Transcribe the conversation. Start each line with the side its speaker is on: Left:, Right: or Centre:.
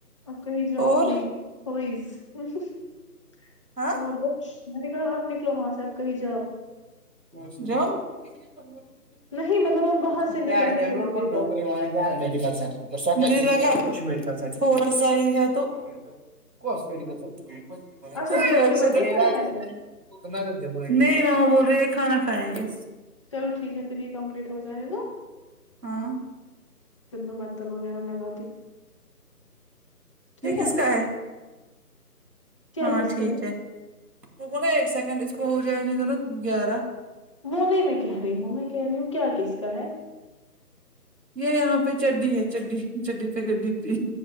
Left: اپ کہیں جاؤ
Right: اور
Left: پلی پلئیس اور
Right: ہاں
Left: کچھ میں نے کہا آپ نکلو وہاں سے آپ کہیں جاؤ
Right: <unintelligible> جاؤ <unintelligible>
Left: نہیں مطلب آپ وہاں سے نکل کے کہیں پہ جاؤ
Right: میڈیکل س مجھے لگا تھو ڑا سا ہی ہے تو <unintelligible>
Left: اچھا بس اس کے بعد نہیں کرنا ہے پھر
Right: نہیں وہاں بول رہی ہے کھانا کھائیں گے
Left: چلو ٹھیک ہے پھر یہ کمپلیٹ ہو جانے دو
Right: ہاں
Left: پھر میں برتن وغیرہ لگاتی ٹھیک
Right: یہ
Left: ہے
Right: کس کا
Left: کیا
Right: ہاں
Left: کس
Right: ٹھیک
Left: کا
Right: ہے رکو نا ایک سیکنڈ اس کو ہو جائے د و نا گیارہ
Left: وہ نہیں میں کہہ رہی ہوں میں کہہ رہی ہوں کیا کس کا ہے
Right: یہ یہاں پہ چڈی ہے چڈی چڈی پہ گڈی پی